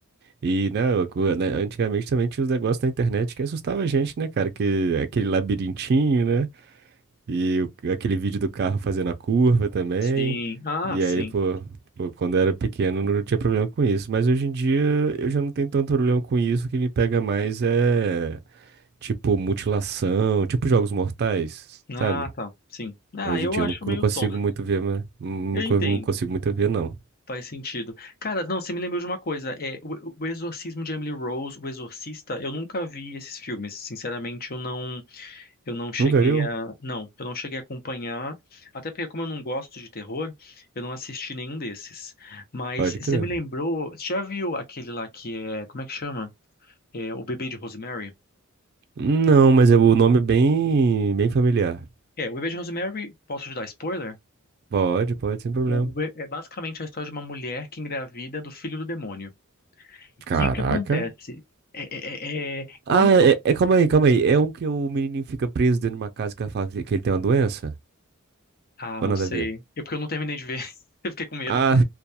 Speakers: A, on the right (about 50°); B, on the left (about 45°).
A: E, né, eu- eu- né, antigamente também tinha os negócios na internet que assustava a gente, né, cara? Que aquele labirintinho, né? E o- aquele vídeo do carro fazendo a curva também.
B: Sim. Ah,
A: E
B: sim.
A: aí, pô, pô, quando eu era pequeno não tinha problema com isso. Mas hoje em dia eu já não tenho tanto problema com isso. O que me pega mais é Tipo mutilação, tipo jogos mortais,
B: Ah,
A: sabe?
B: tá. Sim. Ah,
A: Hoje
B: eu
A: em dia
B: acho
A: eu não,
B: meio
A: não consigo
B: tonto.
A: muito ver, mas não,
B: Eu entendo.
A: co- não consigo muito ver, não.
B: Faz sentido. Cara, não, você me lembrou de uma coisa. É, o, o Exorcismo de Emily Rose, O Exorcista, eu nunca vi esses filmes. Sinceramente, eu não, eu não cheguei
A: Nunca viu?
B: a, não, eu não cheguei a acompanhar. Até porque como eu não gosto de terror, eu não assisti nenhum desses. Mas
A: Pode
B: você
A: crer.
B: me lembrou, você já viu aquele lá que é, como é que chama? É, O Bebê de Rosemary?
A: Não, mas é o nome é bem, bem familiar.
B: É, O Bebê de Rosemary, posso te dar spoiler?
A: Pode, pode, sem problema.
B: O- o- é basicamente a história de uma mulher que engravida do filho do demônio.
A: Caraca.
B: E o que acontece? É, é, é, é, quando
A: Ah, é, é- calma aí, calma aí. É um que o menininho fica preso dentro de uma casa que ela fala que, que ele tem uma doença?
B: Ah,
A: Ou
B: não
A: nada
B: sei.
A: a ver?
B: Eu porque eu não terminei de ver. <laughs> Eu fiquei com medo.
A: Ah,
B: O